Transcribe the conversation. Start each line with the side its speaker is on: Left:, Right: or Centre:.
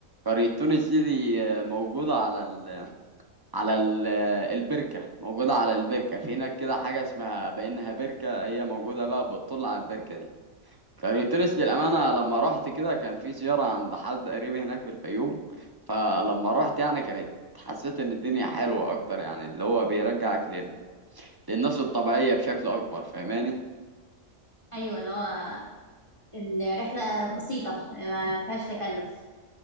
Right: قرية تونس دي, دي آه، موجودة على ال على ال آه، البركة موجودة على البركة في هناك كده حاجة اسمها بأنها بركة هي موجودة بقى بتطل على البركة دي قرية تونس للأمانة لما رحت كده كان في زيارة عند حد قريب هناك في الفيوم فلما رحت يعني كانت حسيت إن الدنيا حلوة أكتر يعني اللي هو بيرجعك لل للناس الطبيعية بشكل أكبر فاهماني
Left: ايوه اللي هو الرحلة بسيطة ما فيهاش تكلف